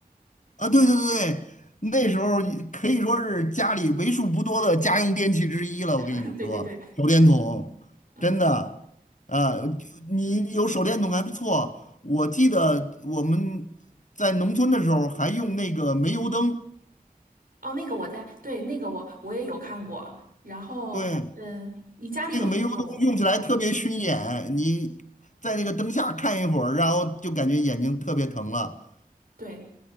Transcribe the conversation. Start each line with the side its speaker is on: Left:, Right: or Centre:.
Left: 啊，对对对，那时候可以说是家里为数不多的家用电器之一了。
Right: <laughs>
Left: 我跟你说，
Right: 对对对，
Left: 手电筒真的，
Right: 嗯，
Left: 啊，就你有手电筒还不错。我记得我们在农村的时候还用那个煤油灯，
Right: 哦，那个我在，对，那个我我也有看过。然后，
Left: 对，
Right: 嗯，你家里有那种，
Left: 那个煤油灯用起来特别熏眼，
Right: 嗯，
Left: 你在那个灯下看一会儿，然后就感觉眼睛特别疼了。
Right: 对。